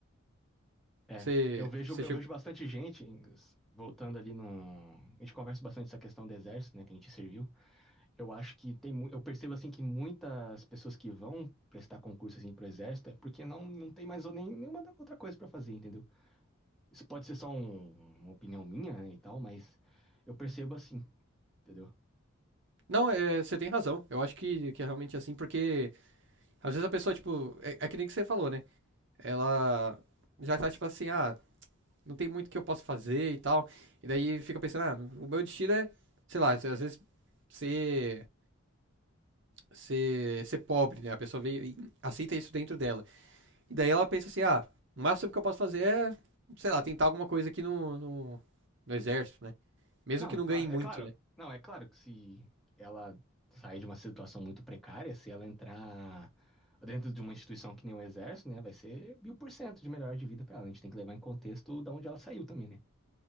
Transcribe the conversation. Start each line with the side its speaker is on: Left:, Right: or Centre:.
Centre: É,
Right: Você.
Centre: eu vejo,
Right: Você
Centre: eu
Right: chegou.
Centre: vejo bastante gente, voltando ali no. A gente conversa bastante essa questão do exército, né? Que a gente serviu. Eu acho que tem, mu- eu percebo assim que muitas pessoas que vão prestar concurso assim pro exército é porque não, não tem mais ou nem, nenhuma da- outra coisa pra fazer, entendeu? Isso pode ser só um- uma opinião minha, né, e tal, mas eu percebo assim, entendeu?
Right: Não, é, você tem razão. Eu acho que, que é realmente assim, porque Às vezes a pessoa, tipo, é, é que nem que você falou, né? Ela já tá tipo assim, ah, não tem muito que eu posso fazer e tal. E daí fica pensando, ah, o meu destino é, sei lá, às vezes ser, ser, ser pobre, né? A pessoa veio e aceita isso dentro dela. E daí ela pensa assim, ah, o máximo que eu posso fazer é, sei lá, tentar alguma coisa aqui no, no, no exército, né? Mesmo
Centre: Não,
Right: que não
Centre: é claro,
Right: ganhe muito,
Centre: é claro,
Right: né?
Centre: não, é claro que se ela sair de uma situação muito precária, se ela entrar dentro de uma instituição que nem o exército, né, vai ser mil por cento de melhor de vida pra ela. A gente tem que levar em contexto da onde ela saiu também, né?